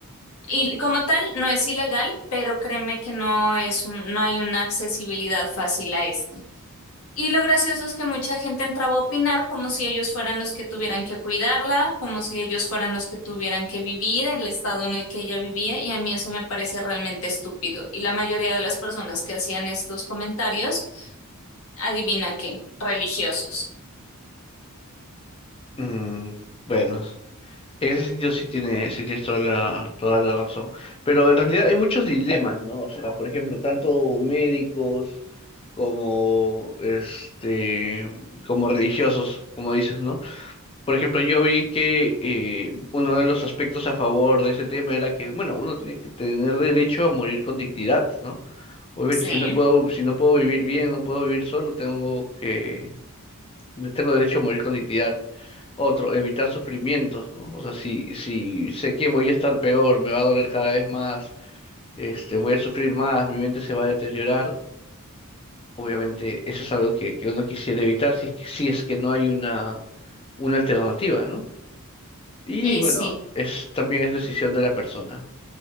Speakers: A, on the left (about 65°); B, on the left (about 25°).
A: y como tal, no es ilegal, pero créeme que no es un- no hay una accesibilidad fácil a esto. Y lo gracioso es que mucha gente entraba a opinar como si ellos fueran los que tuvieran que cuidarla, como si ellos fueran los que tuvieran que vivir el estado en el que ella vivía, y a mí eso me parece realmente estúpido. Y la mayoría de las personas que hacían estos comentarios, adivina qué, religiosos.
B: Mm, bueno. En ese sentido sí tiene, sí tienes toda la, toda la razón. Pero en realidad hay muchos dilemas, ¿no? O sea, por ejemplo, tanto médicos como este, como religiosos, como dices, ¿no? Por ejemplo, yo vi que eh, uno de los aspectos a favor de ese tema era que, bueno, uno tiene que tener derecho a morir con dignidad, ¿no? Obviamente,
A: Sí.
B: si no puedo, si no puedo vivir bien, no puedo vivir solo, tengo que tengo derecho a morir con dignidad. Otro, evitar sufrimientos, ¿no? O sea, si, si sé que voy a estar peor, me va a doler cada vez más, este, voy a sufrir más, mi mente se va a deteriorar, obviamente eso es algo que, que uno quisiera evitar si es que, si es que no hay una, una alternativa, ¿no? Y
A: Y
B: bueno,
A: sí.
B: es, también es decisión de la persona.